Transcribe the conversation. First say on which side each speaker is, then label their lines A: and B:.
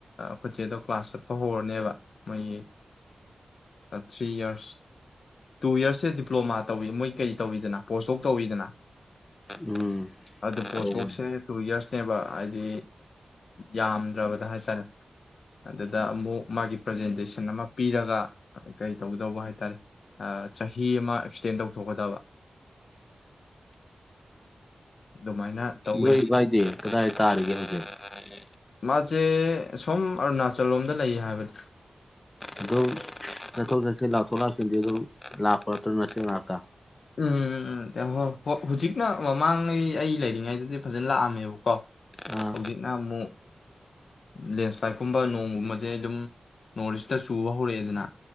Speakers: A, on the left; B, on the left.
A: ꯈꯨꯁꯦꯗꯣ ꯀ꯭ꯂꯥꯁ ꯆꯠꯄ ꯍꯧꯔꯅꯦꯕ ꯃꯣꯏꯒꯤ ꯊ꯭ꯔꯤ ꯏꯔꯁ ꯇꯨ ꯌꯔꯁꯁꯦ ꯗꯤꯄ꯭ꯂꯣꯃꯥ ꯇꯧꯋꯤ ꯃꯣꯏ ꯀꯔꯤ ꯇꯧꯋꯤꯗꯅ ꯄꯣꯁꯇꯣꯛ ꯇꯧꯋꯤꯗꯅ
B: ꯎꯝ
A: ꯑꯗꯨ ꯄꯣꯁꯇꯣꯛꯁꯦ
B: ꯇꯧꯕꯅꯤ
A: ꯇꯨ ꯌꯔꯁꯅꯦꯕ ꯍꯥꯏꯗꯤ ꯌꯥꯝꯗ꯭ꯔꯕꯗ ꯍꯥꯏ ꯇꯔꯦ ꯑꯗꯨꯗ ꯑꯃꯨꯛ ꯃꯥꯒꯤ ꯄ꯭ꯔꯖꯦꯟꯇꯦꯁꯟ ꯑꯃ ꯄꯤꯔꯒ ꯀꯩ ꯇꯧꯒꯗꯧꯕ ꯍꯥꯏꯇꯥꯔꯦ ꯆꯍꯤ ꯑꯃ ꯑꯦꯛꯁꯇꯦꯟ ꯇꯧꯊꯣꯛꯀꯗꯕ ꯑꯗꯨꯃꯥꯏꯅ ꯇꯧꯋꯦ
B: ꯂꯕꯥꯏꯗꯤꯦ ꯀꯗꯥꯏ ꯇꯥꯔꯤꯒꯦ ꯍꯧꯖꯤꯛ
A: ꯃꯥꯁꯦ ꯁꯣꯝ ꯑꯔꯨꯅꯥꯆꯜ ꯂꯣꯝꯗ ꯂꯩꯌꯦ ꯍꯥꯏꯕꯅꯤ
B: ꯑꯗꯨꯝ ꯆꯠꯊꯣꯛ ꯆꯠꯁꯤꯟ ꯂꯥꯎꯊꯣꯛ ꯂꯥꯎꯁꯤꯟꯗꯤ ꯑꯗꯨꯝ ꯂꯥꯛꯄ ꯑꯗꯨꯁꯤ ꯉꯥꯛꯇ
A: ꯎꯝ ꯎ ꯍꯣꯏ ꯍꯣꯏ ꯍꯧꯖꯤꯛꯅ ꯃꯃꯥꯡꯉꯩ ꯑꯩ ꯂꯩꯔꯤꯉꯩꯗꯗꯤ ꯐꯖꯅ ꯂꯥꯛꯑꯝꯃꯦꯕꯀꯣ
B: ꯑꯥ
A: ꯍꯧꯖꯤꯛꯅ ꯑꯃꯨꯛ ꯂꯦꯟꯁ꯭ꯂꯥꯏꯠꯀꯨꯝꯕ ꯅꯣꯡꯒꯨꯝꯕꯁꯦ ꯑꯗꯨꯝ ꯅꯣꯔꯁꯤꯗ ꯆꯨꯕ ꯍꯧꯔꯛꯑꯦꯗꯅ